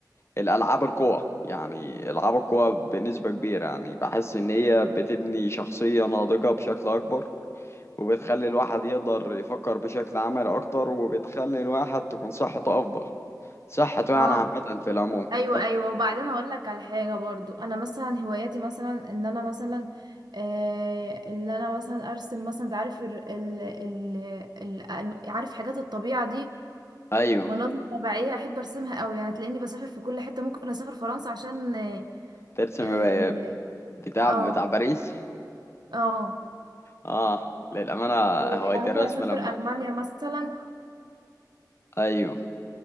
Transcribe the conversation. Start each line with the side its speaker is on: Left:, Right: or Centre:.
Left: الألعاب القوى يعني ألعاب القوى بنسبة كبيرة يعني بحس إن هي بتبني شخصية ناضجة بشكل أكبر وبتخلي الواحد يقدر يفكر بشكل عملي أكتر وبتخلي الواحد تكون صحته أفضل صحته يعني
Right: اه
Left: عامة في العموم
Right: ايوه
Left: ف-
Right: ايوه وبعدين هقول لك على حاجه برضو انا مثلا هواياتي مثلا ان انا مثلا آه ان انا مثلا ارسم مثلا انت عارف ال ال ال ال أن- عارف حاجات الطبيعه دي
Left: أيوه
Right: مناظر طبيعيه احب ارسمها قوي يعني تلاقيني بسافر في كل حته ممكن اسافر فرنسا عشان
Left: ترسم
Right: اه
Left: ب- بتاع
Right: اه,
Left: بتاع باريس
Right: آه
Left: آه للأمانة
Right: وممكن
Left: هواية الرسم
Right: اسافر
Left: لما
Right: المانيا مثلا
Left: أيوه